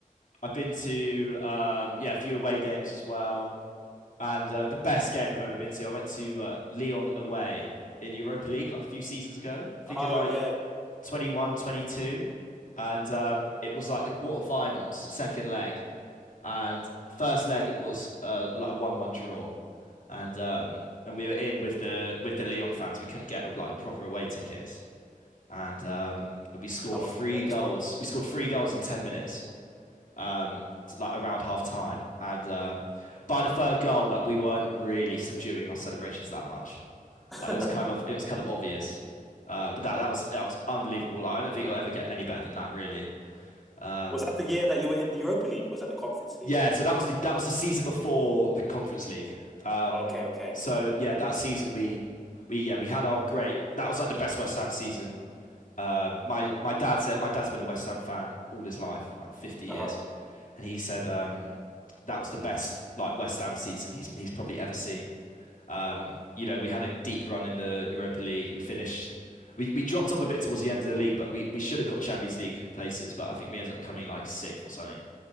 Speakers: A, on the left; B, in the centre.
A: I've been to um, yeah, a few away games as well. And uh, the best game I've ever been to, I went to uh, Leon away in Europa League like a few seasons ago. I think
B: Oh
A: in like
B: yeah,
A: 21, twenty two, And um, it was like the quarterfinals, second leg. And first leg, it was uh, like a 1-1 draw. And um, and we were in with the with the Leon fans. We couldn't get like a proper away tickets and um, we scored
B: that must
A: three
B: be mental.
A: goals. We scored three goals in ten minutes, um, t- like around half time. And um, by the third goal, like we weren't really subduing our celebrations that much.
B: <laughs>
A: Like it was kind of it was kind of obvious. Uh, but that that was that was unbelievable. Like, I don't think it'll ever get any better than that, really. Um,
B: Was that the year that you were in the Europa League? Was that the Conference
A: yeah.
B: League?
A: So that was the that was the season before the Conference League. Um,
B: Oh, okay, okay.
A: so yeah, that season we we yeah we had our great. That was like the best West Ham season Um, my my dad said my dad's been a West Ham fan all his life, like 50 years,
B: Uh-huh.
A: and he said um, that was the best like West Ham season he's he's probably ever seen. Um,
B: Oh wow.
A: you know, we had a deep run in the Europa League. We finished, we we dropped off a bit towards the end of the league, but we we should have got Champions League places. But I think we ended up coming like sixth or something,